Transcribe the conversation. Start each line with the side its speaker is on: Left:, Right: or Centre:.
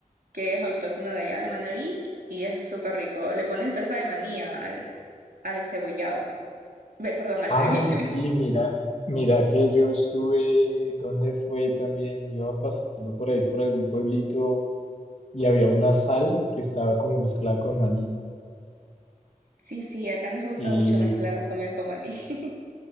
Right: que es autóctono de allá de Manabí y es súper rico. Le ponen salsa de manía al, al encebollado, Ve, perdón, al ceviche.
Left: Ay, sí,
Right: <laughs>
Left: mira, mira que yo estuve, ¿dónde fue también? Iba pasando por ahí, por algún pueblito, y había una sal que estaba como mezclada con maní.
Right: Sí, sí, acá nos gusta
Left: Y
Right: mucho mezclar
Left: co-
Right: las comidas con maní. <laughs>